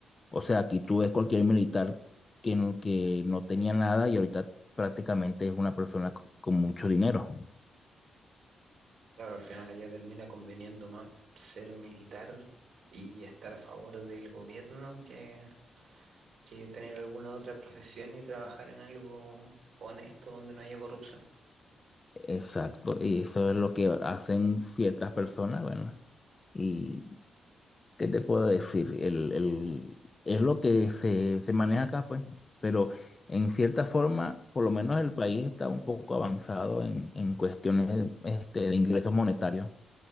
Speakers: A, on the left (about 25°); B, on the right (about 60°).
A: o sea, aquí tú ves cualquier militar que, no- que no tenía nada y ahorita prácticamente es una persona con con mucho dinero.
B: Claro, al final allá termina conveniendo más ser militar y estar a favor del gobierno que, que tener alguna otra profesión y trabajar en algo honesto donde no haya corrupción.
A: Exacto, y eso es lo que hacen ciertas personas, bueno, y qué te puedo decir, el, el- es lo que se, se maneja acá, pues, pero en cierta forma, por lo menos el país está un poco avanzado en, en cuestiones este, de ingresos monetarios,